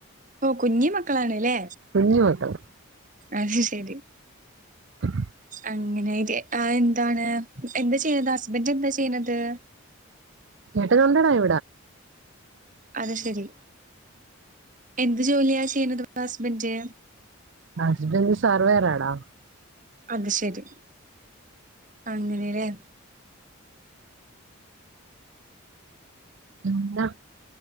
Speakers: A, on the right (about 35°); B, on the right (about 55°).
A: ഓ കുഞ്ഞി മക്കളാണ്ല്ലേ
B: കുഞ്ഞു മക്കള്
A: അത് ശരി
B: <inaudible>
A: അങ്ങനെ എന്താണ് എന്താ ചെയ്യുന്നത് ഹസ്ബന്ഡ് എന്താ ചെയ്യണുന്നത്
B: ഞട്ട നൊണ്ടടാ ഇവിടെ
A: അത് ശെരി എന്ത് ജോലിയാ ചെയ്യുന്നത് ഹസ്ബന്ഡ്
B: ഹസ്ബൻഡ് സാർവേരാടോ
A: അത് ശരി അങ്ങനെല്ലേ
B: പിന്ന